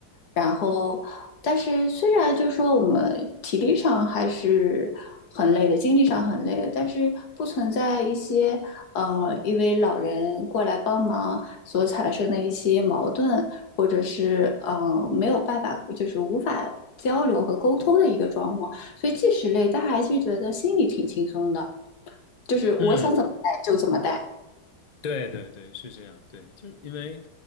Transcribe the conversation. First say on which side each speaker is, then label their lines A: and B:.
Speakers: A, on the left; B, on the left.
A: 然后但是虽然就是说我们体力上还是很累的，精力上很累的，但是不存在一些呃，因为老人过来帮忙所产生的一些矛盾，或者是呃没有办法，就是无法交流和沟通的一个状况。所以即使累，但还是觉得心里挺轻松的，就是我想怎么带就怎么带。
B: 嗯。对对对，是这样。对，就是因为，